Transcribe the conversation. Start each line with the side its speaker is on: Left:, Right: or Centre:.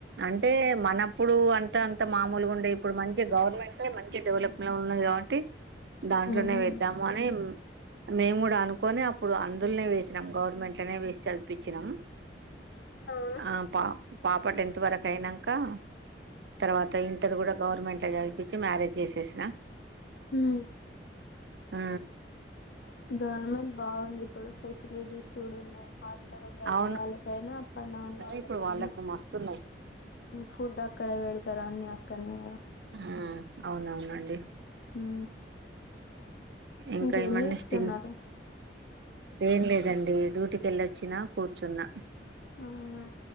Right: అంటే మనప్పుడు అంతంత్ త మామూలుగా ఉండే. ఇప్పుడు మంచిగా గవర్నమెంటె మంచి డెవలప్లో ఉన్నది కాబట్టి దాంట్లోనే
Left: ఉమ్
Right: వేద్దాము. అని మేం గుడా అనుకుని అప్పుడు అందుల్నే వేసినాం. గవర్నమెంట్లనే వేసి చదిపించినాం
Left: అవును
Right: ఆ పా పాప టెన్త్ వరకు అయినంకా. తర్వాత ఇంటర్ గుడా గవర్నమెంట్ల్ చదువుపిచ్చి మ్యారేజ్ జేస్ సిన
Left: ఉ
Right: ఉ
Left: గవర్నమెంట్ బాగుంది ఇప్పుడు ఫెసిలిటీస్ కూడున్నాయ్. హాస్టల్ చదివే
Right: అవును
Left: వాళ్ళకైనా అప్ అండ్ డౌన్
Right: ఏ
Left: వాళ్ళకైనా
Right: ఇప్పుడు వాళ్ళకు మస్తున్నాయి
Left: ఫుడ్ అక్కడే పెడతారు అన్ని అక్కనే కదా
Right: ఆ అవునవునండి
Left: ఆ
Right: ఇంకా
Left: ఇంకేం
Right: ఏమండి
Left: చేస్తున్నారు
Right: తిన్ ఏం లేదండి డ్యూటీకి వెళ్ళొచ్చినా కూర్చున్నా
Left: ఆ